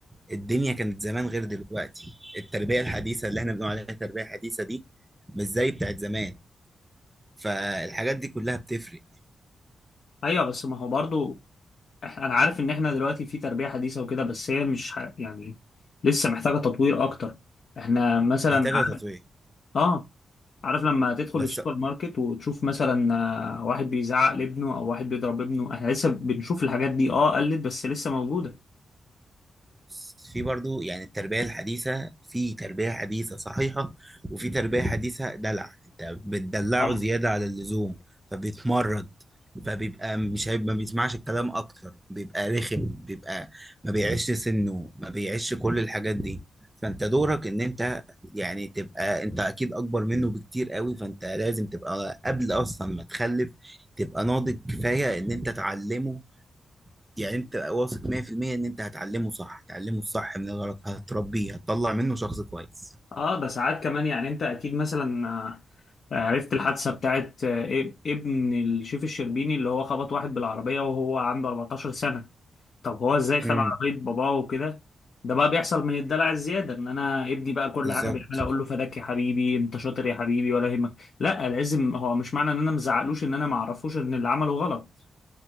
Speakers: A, on the right; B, on the left.
A: الدنيا كانت زمان غير دلوقتي التربية الحديثة اللي احنا بنقول عليها التربية الحديثة دي مش زي بتاعت زمان فالحاجات دي كلها بتفرق
B: ايوه بس ما هو برضه إح- انا عارف ان احنا دلوقتي في تربية حديثة وكده بس هي مش ح... يعني لسه محتاجة تطوير اكتر احنا مثلا
A: محتاجة
B: عارف
A: تطوير
B: اه عارف لما تدخل
A: بس
B: السوبر ماركت وتشوف مثلا آه، واحد بيزعق لابنه او واحد بيضرب ابنه احنا لسه بنشوف الحاجات دي اه قلت بس لسه موجودة
A: بص في برضو يعني التربية الحديثة في تربية حديثة صحيحة وفي تربية حديثة دلع انت بتدلعه
B: طبعا
A: زيادة على اللزوم فبيتمرد فبيبقى مش هيبقى ما بيسمعش الكلام اكتر بيبقى رخم بيبقى ما بيعيش سنه ما بيعيش كل الحاجات دي فانت دورك ان انت يعني تبقى انت اكيد اكبر منه بكتير قوي فانت لازم تبقى قبل اصلا ما تخلف تبقى ناضج كفاية ان انت تعلمه يعني انت واثق 100% ان انت هتعلمه صح هتعلمه الصح من الغلط هتربيه هتطلع منه شخص كويس
B: اه ده ساعات كمان يعني انت اكيد مثلا آه، عرفت الحادثة بتاعت آه، إب- ابن الشيف الشربيني اللي هو خبط واحد بالعربية وهو عنده 14 سنة طب هو ازاي خد
A: امم
B: عربية باباه وكده ده بقى بيحصل من الدلع الزيادة ان انا ابني بقى كل
A: بالظبط
B: حاجة بيعملها اقول له فداك يا حبيبي انت شاطر يا حبيبي ولا يهمك لا لازم هو مش معنى ان انا مزعقلوش ان انا معرفوش ان اللي عمله غلط